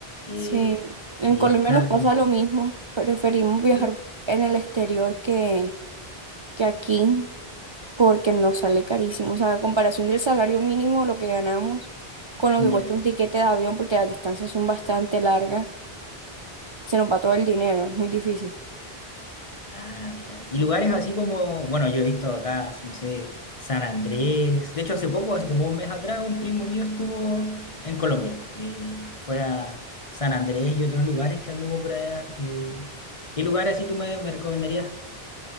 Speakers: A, on the left; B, on the right.
A: Eh,
B: Sí, en
A: y
B: Colombia
A: es caro.
B: nos pasa lo mismo. Preferimos viajar
A: sí,
B: en el exterior que, que aquí porque nos sale carísimo. O sea, a comparación del salario mínimo, lo que ganamos con lo
A: Ya.
B: que cuesta un tiquete de avión, porque las distancias son bastante largas, se nos va todo el dinero, es muy difícil.
A: Ah, mira. Y lugares así como, bueno, yo he visto acá, no sé, San Andrés. De hecho, hace poco, hace como un mes atrás, un primo mío estuvo en Colombia. Eh, fue a San Andrés y otros lugares que anduvo por allá. Eh, ¿qué lugares así tú me, me recomendarías